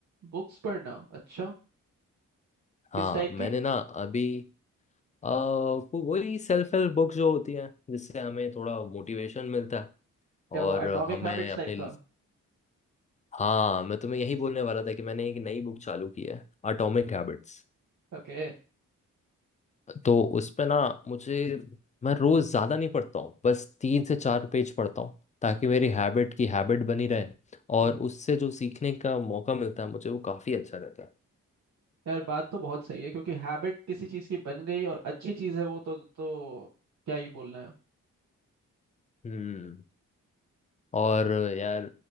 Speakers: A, on the right; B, on the left.
A: बुक्स पढ़ना अच्छा
B: हाँ
A: किस टाइप
B: मैंने
A: की
B: ना अभी अ, वो- वही सेल्फ हेल्प बुक्स जो होती हैं जिससे हमें थोड़ा मोटिवेशन मिलता है
A: क्या
B: और
A: वो एटॉमिक
B: हमें
A: हैबिट्स
B: अपने
A: टाइप का
B: हाँ मैं तुम्हें यही बोलने वाला था कि मैंने एक नई बुक चालू की है एटॉमिक हैबिट्स
A: ओके
B: तो उसमें ना मुझे मैं रोज ज्यादा नहीं पढ़ता हूँ बस तीन से चार पेज पढ़ता हूँ ताकि मेरी हैबिट की हैबिट बनी रहे और
A: हम्म
B: उससे जो सीखने का मौका मिलता है मुझे वो काफी अच्छा रहता है
A: यार बात तो बहुत सही है क्योंकि हैबिट किसी चीज़ की बन गई और अच्छी चीज़ है वो तो तो क्या ही बोलना है
B: हम्म और यार